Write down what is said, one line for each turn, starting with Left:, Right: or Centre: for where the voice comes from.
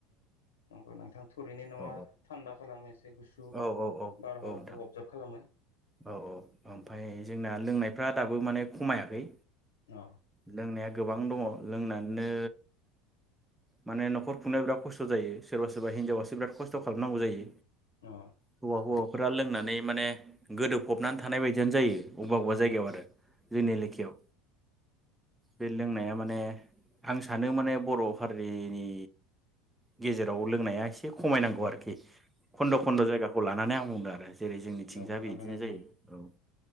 Left: नंगौ नोंथां थुरैनि न न'आ
Centre: औ
Left: थान्दा खालामो एसे गुसु
Centre: औ
Left: बारहावाखौ
Centre: औ औ औ नोंथां
Left: अबजार्ब खालामो
Centre: औ औ ओमफ्राय जोंना लोंनायफ्रा दाबो माने खमायाखै
Left: अ
Centre: लोंनाया गोबां दङ लोंनानैनो माने न'खर खुंनायाव बिराद खस्थ' जायो सोरबा सोरबा हिनजावासो बिराद खस्थ' खालामनांगौ जायो
Left: अ
Centre: हौवा हौवा फोर लोंनानै माने गोदोबफबनानै थानाय बायदियानो जायो बबेबा बबेबा जायगायाव
Left: अ
Centre: आरो जोंनि
Left: अ
Centre: एलेखियाव बे लोंनाया माने आं सानो माने बर' हारिनि गेजेराव लोंनाया एसे खमायनांगौ आरोखि खन्द खन्द जायगा खौ लानानै आं बुंदों आरो जेरै जोंनि थिजा
Left: नंगौ नंगौ
Centre: <unintelligible> बिदिनो
Left: नोंथां
Centre: जायो औ